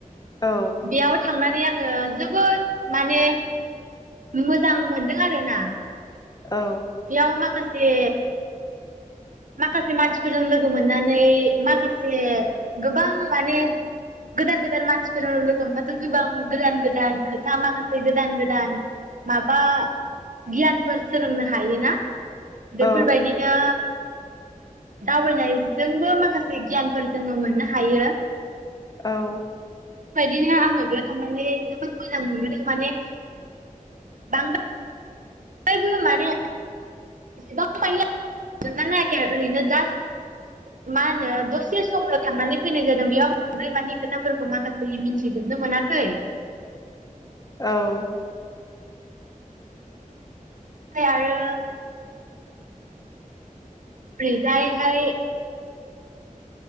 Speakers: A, on the left (about 25°); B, on the right (about 70°).
A: औ
B: बेयाव थांनानै आं आङो जोबोद माने मोजां मोनदों आरोना
A: औ
B: बेयाव माखास से माखासे मानसिफोरजों लोगो मोननानै माखासे गोबां माने गोदान-गोदान मानसिफोरजों लोगो मोनबाथ' गोबां गोदान-गोदान खोथा माखासे गोदान-गोदान माबा गियानफोर सोलोंनो हायोना। बेफोर
A: औ
B: बायदिनो दावबायनाय जोंबो माखासे गियानफोर जोङो मोननो हायो।
A: औ
B: बेफोरबायदिनो आङो बेयाव थांनानै जोबोद मोजां मोनबोदों माने बांद्रा बो माने एसेबां मानि आं सोंना नायाखै ओरैनो जास्ट मा होनो दसे समनो थांनानै फैनाय जादों बेयाव बांद्राय मानि खोथा फोरखौ माखासे मिथिजोबनो मोनाखै।
A: औ
B: फै आरो ओरै जाय हाय